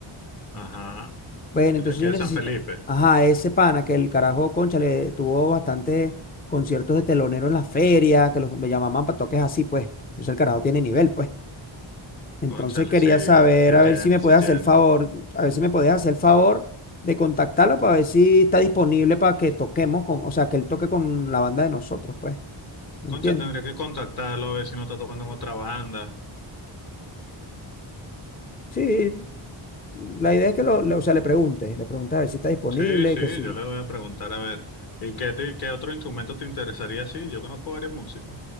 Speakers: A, on the left; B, on the left.
A: Ajá.
B: Bueno,
A: El
B: entonces
A: de aquí
B: yo
A: de
B: necesito.
A: San Felipe.
B: Ajá, ese pana que el carajo, concha, le tuvo bastantes conciertos de telonero en la feria, que los me llamaban para toques así, pues. Entonces el carajo tiene nivel, pues. Entonces
A: Cónchale,
B: quería
A: sí,
B: saber,
A: sí
B: a
A: tiene,
B: ver si me puedes
A: sí tiene.
B: hacer el favor, a ver si me puedes hacer el favor de contactarlo para ver si está disponible para que toquemos con, o sea, que él toque con la banda de nosotros, pues, ¿me
A: Concha,
B: entiendes?
A: tendría que contactarlo a ver si no está tocando en otra banda.
B: Sí, la idea es que lo, le- o sea, le preguntes, le preguntes a ver si está disponible,
A: Sí, sí,
B: que si...
A: yo le voy a preguntar a ver. ¿Y qué, te- qué otro instrumento te interesaría? Sí, yo conozco varios músicos.